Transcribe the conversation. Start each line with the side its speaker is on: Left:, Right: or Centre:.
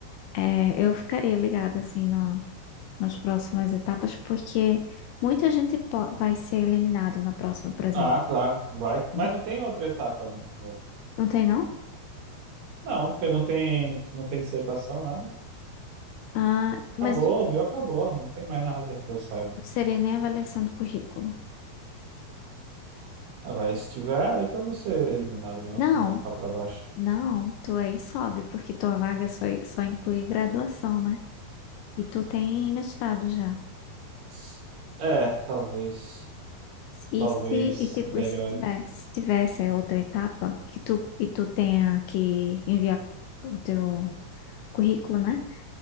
Left: É, eu ficarei ligada assim na- nas próximas etapas, porque muita gente po- vai ser eliminado na próxima, por exemplo,
Right: Ah, claro, vai. Mas
Left: né?
Right: não tem outra etapa no meu.
Left: Não tem, não?
Right: Não, porque não tem, não tem dissertação, nada.
Left: Ah, mas
Right: Acabou, o meu acabou, não tem mais nada que eu saiba.
Left: não seria nem avaliação do currículo.
Right: Ah, vai, se tiver, aí que eu vou ser eliminado mesmo.
Left: Não,
Right: Eu vou ficar pra baixo.
Left: não, tu aí sobe, porque tua vaga só, só inclui graduação, né? E tu tem mestrado já.
Right: S- É, talvez.
Left: E
Right: Talvez
Left: se, e depois
Right: melhore.
Left: se tiver, se tivesse a outra etapa, que tu, e tu tenha que enviar o teu currículo, né?